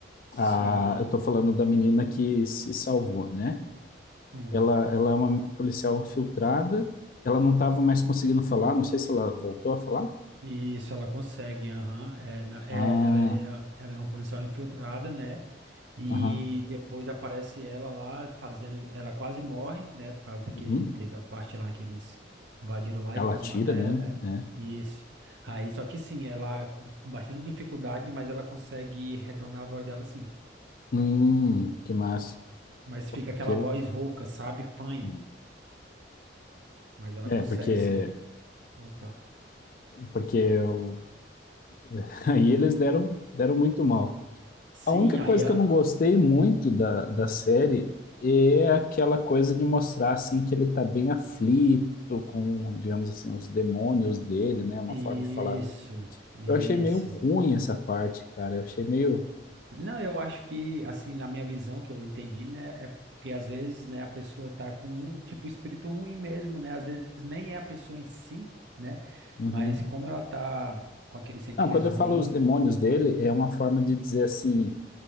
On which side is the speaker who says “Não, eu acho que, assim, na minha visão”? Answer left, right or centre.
Right